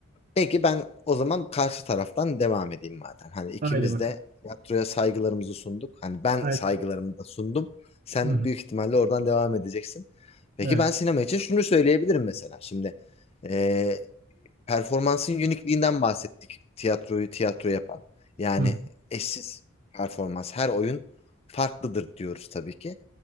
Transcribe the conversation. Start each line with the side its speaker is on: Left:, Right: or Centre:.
Left: peki ben o zaman karşı taraftan devam edeyim madem. Hani ikimiz
Right: Haydi bakalım.
Left: de tiyatroya saygılarımızı sunduk. Hani ben
Right: Haydi.
Left: saygılarımı da sundum. Sen
Right: Hı hı.
Left: büyük ihtimalle oradan devam edeceksin. Peki
Right: Evet.
Left: ben sinema için şunu söyleyebilirim mesela. Şimdi eee, performansın unikliğinden bahsettik. Tiyatroyu tiyatro yapan. Yani
Right: Hı hı.
Left: eşsiz performans. Her oyun farklıdır diyoruz tabii ki.